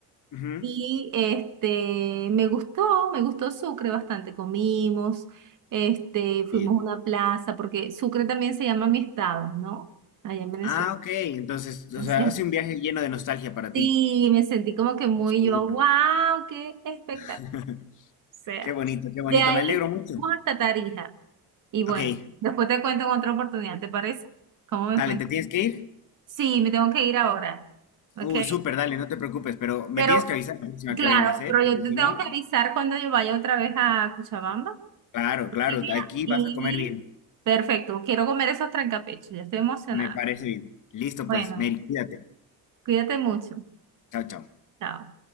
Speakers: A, on the left; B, on the right.
A: ujú,
B: Y este, me gustó, me gustó Sucre bastante. Comimos, este, fuimos
A: Bien.
B: a una plaza, porque Sucre también se llama mi estado, ¿no? Allá en Venezuela.
A: Ah, ok. Entonces, o
B: Entonces,
A: sea, hace un viaje lleno de nostalgia para ti.
B: sí, me sentí como que muy
A: Imagino.
B: yo, wow, qué espectacular
A: <laughs>
B: sea,
A: Qué bonito, qué bonito.
B: de ahí
A: Me alegro mucho.
B: fuimos hasta Tarija. Y bueno,
A: Ok,
B: después te cuento en otra oportunidad, ¿te parece? ¿Cómo
A: dale,
B: me fue?
A: ¿te tienes que ir?
B: Sí, me tengo que ir ahora. ¿Ok?
A: Uy, súper, dale, no te preocupes, pero me
B: Pero,
A: tienes que avisar la próxima
B: claro,
A: que vengas, ¿eh?
B: pero
A: Porque
B: yo te
A: si
B: tengo
A: no,
B: que avisar cuando yo vaya otra vez a Cochabamba.
A: claro, claro,
B: Y, mira,
A: aquí
B: y-
A: vas a comer bien.
B: perfecto, quiero comer esos trancapechos, ya estoy emocionada.
A: Me parece bien. Listo,
B: Bueno,
A: pues, Mary, cuídate.
B: cuídate mucho.
A: Chao, chao.
B: Chao.